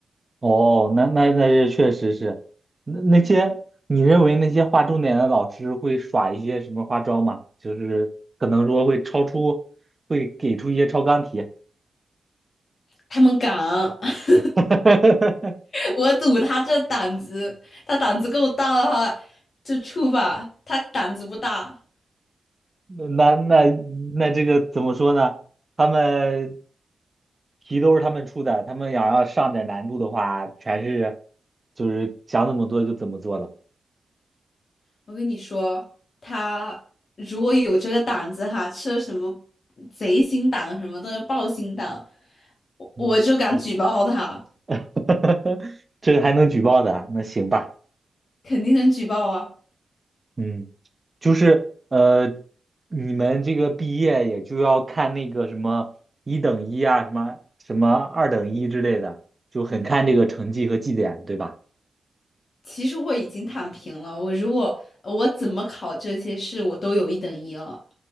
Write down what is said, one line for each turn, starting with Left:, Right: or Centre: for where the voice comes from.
Right: 哦，那那那这确实是，那那些你认为那些画重点的老师会耍一些什么花招吗？就是可能说会超出，会给出一些超纲题。
Left: 他们敢，<laughs>
Right: <laughs>
Left: 我赌他这胆子，他胆子够大的话就出吧。他胆子不大，
Right: 那那那这个怎么说呢？他们题都是他们出的，他们想要上点难度的话，全是就是想怎么做就怎么做了。
Left: 我跟你说，他如果有这个胆子哈，吃了什么贼心党什么的豹心党，我我就敢举报他，
Right: 嗯，<laughs> 这个还能举报的，那行吧。
Left: 肯定能举报啊。
Right: 嗯，就是呃，你们这个毕业也就要看那个什么一等一啊，什么什么二等一之类的，就很看这个成绩和绩点，对吧？
Left: 其实我已经躺平了，我如果呃我怎么考这些试，我都有一等一了。